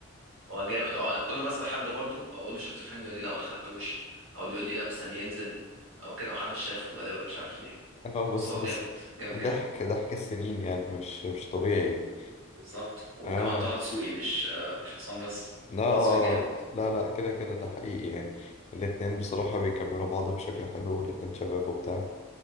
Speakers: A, on the right (about 75°); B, on the left (about 35°).
A: هو جامد اه انا كل ما اسال حد برضه اقول له شفت الفيلم يقول لي لا ما دخلتوش او يقول لي لا مستني ينزل او كده محدش شافه غالبا مش عارف ليه
B: اه بس
A: بس هو
B: بس
A: جامد جامد
B: ضحك
A: جامد
B: ضحك السنين يعني مش مش طبيعي يعني
A: بالظبط وكمان
B: اه
A: طه دسوقي مش آه، مش عصام بس
B: لا آه،
A: طه دسوقي جامد
B: آه. لا لا كده كده ده حقيقي يعني الاتنين بصراحة بيكملوا بعض بشكل حلو والاتنين شباب وبتاع